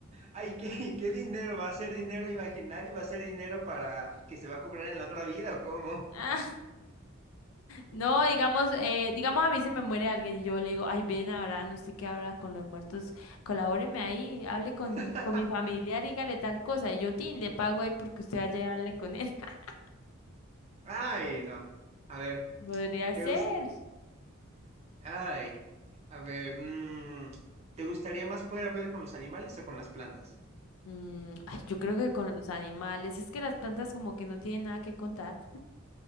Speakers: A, on the right; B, on the left.
A: Ay, qué, <laughs> qué dinero. ¿Va a ser dinero imaginario? ¿Va a ser dinero para que se va a comprar en la otra vida o cómo?
B: <laughs> No, digamos, eh, digamos a mí se me muere alguien y yo le digo, ay, ven ahora, no sé qué habla con los muertos, colabóreme ahí, hable con,
A: <laughs>
B: con mi familiar, dígale tal cosa, y yo, tin, le pago ahí porque usted vaya y hable con él. <laughs>
A: Ay, no. A ver,
B: Podría
A: ¿te
B: ser.
A: gusta? Ay, a ver, mm, ¿te gustaría más poder hablar con los animales o con las plantas?
B: Mm, ay, yo creo que con los animales, es que las plantas como que no tienen nada que contar.